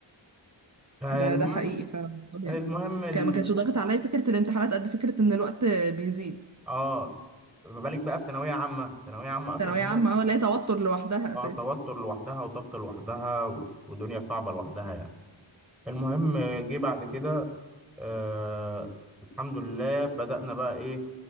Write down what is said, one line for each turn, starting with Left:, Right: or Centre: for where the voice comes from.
Centre: المهم
Right: ده ده حقيقي فعلا والله
Centre: المهم
Right: يعني
Centre: ال...
Right: كان ما كانش ضاغط عليا فكره الامتحانات قد فكره ان الوقت بيزيد
Centre: اه ما بالك بقى في ثانويه عامه ثانويه عامه اصلا
Right: ثانويه
Centre: هي
Right: عامه اه لا توتر لوحدها
Centre: اه
Right: اساسا
Centre: توتر لوحدها وضغط لوحدها و- ودنيا صعبة لوحدها يعني المهم آه، جه بعد كده آه الحمد لله بدأنا بقى ايه